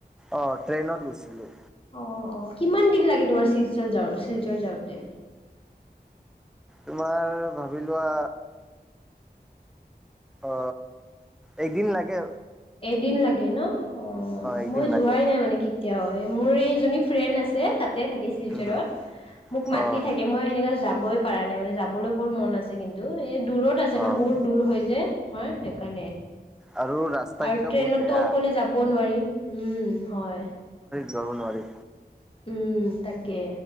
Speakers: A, in the centre; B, on the left (about 35°).
A: অ ট্ৰেইনত গৈছিলো।
B: অ অ কিমান দিন লাগে তোমাৰ শিলচৰ যাওঁ শিলচৰ যাওঁতে।
A: তোমাৰ ভাবি লোৱা অ একদিন লাগে।
B: এদিন লাগে ন অ
A: একদিন
B: মই যোৱাই
A: লাগে।
B: নাই মানে কেতিয়াও। মোৰ এইজনী ফ্ৰেণ্ড আছে তাতে থাকে চিলচাৰত
A: উম,
B: মোক মাতি
A: অ'
B: থাকে মই সেনে। যাবই পৰা নাই মানে যাবলৈ বৰ মন আছে কিন্তু এই দূৰত আছে
A: অ'
B: ন বহুত দূৰ হৈ যে। মাৰ সেইকাৰণে।
A: আৰু ৰাস্তা
B: আৰু
A: কেইটা
B: ট্ৰেইনতো
A: বহুত বেয়া।
B: অকলে যাব নোৱাৰি উম হয়।
A: জাব নোৱাৰি।
B: উম তাকে